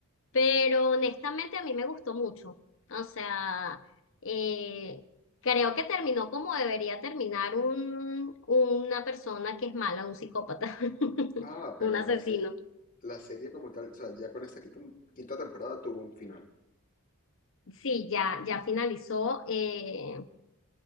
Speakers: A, on the left; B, on the left.
A: Pero honestamente a mí me gustó mucho. O sea, eh, creo que terminó como debería terminar un, una persona que es mala, un psicópata, <laughs>
B: Ah,
A: un
B: pero
A: asesino.
B: la, se- la serie como tal, o sea, ya con esta quinta, quinta temporada tuvo un final.
A: Sí, ya, ya finalizó, eh,